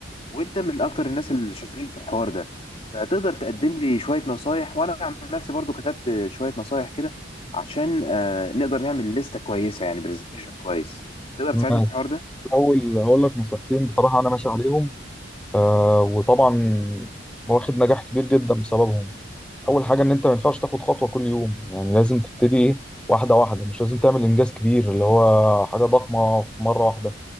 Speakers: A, on the left; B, in the centre.
A: وأنت من أكتر الناس الشاطرين في الحوار ده فتقدر تقدم لي شوية نصايح وأنا عن نفسي برضو كتبت شوية نصايح كده عشان آه نقدر نعمل لستة كويسة يعني برزنتيشن كويس تقدر تساعدني
B: ماشي.
A: في الحوار ده؟
B: اول هقول لك نصيحتين بصراحه انا ماشي عليهم آه وطبعا واخد نجاح كبير جدا بسببهم اول حاجه ان انت ما ينفعش تاخد خطوه كل يوم يعني لازم تبتدي ايه واحده واحده مش لازم تعمل انجاز كبير اللي هو حاجه ضخمه في مره واحده